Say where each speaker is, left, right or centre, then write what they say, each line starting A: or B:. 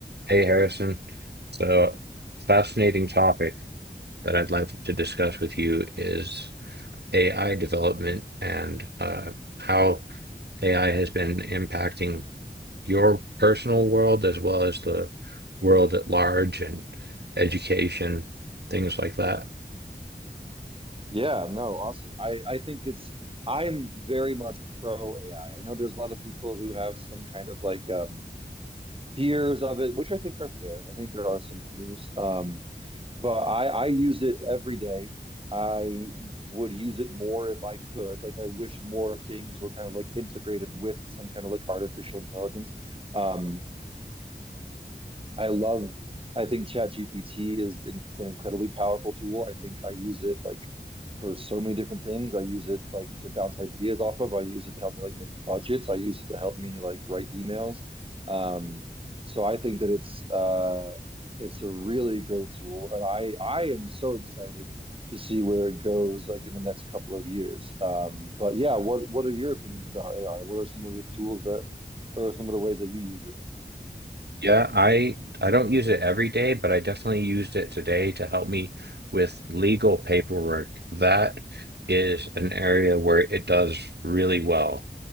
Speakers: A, on the right; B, on the right.
A: Hey, Harrison. So, fascinating topic that I'd like to discuss with you is AI development and uh, how AI has been impacting your personal world as well as the world at large and education, things like that.
B: Yeah, no, awesome. I, I think it's I'm very much pro AI. I I know there's a lot of people who have some kind of like um fears of it, which I think are fair. I think there are some fears. Um, but I I use it every day. I would use it more if I could. Like I wish more things were kind of like integrated with some kind of like artificial intelligence. Um, I love, I think ChatGPT is in, an incredibly powerful tool. I think I use it like for so many different things. I use it like to bounce ideas off of. I use it to help me like make budgets. I use it to help me like write emails. Um, so I think that it's uh it's a really great tool, and I I am so excited to see where it goes like in the next couple of years. Um, but yeah, what what are your opinions about AI? What are some of the tools that, or some of the ways that you use it?
A: Yeah, I I don't use it every day, but I definitely used it today to help me with legal paperwork. That is an area where it does really well.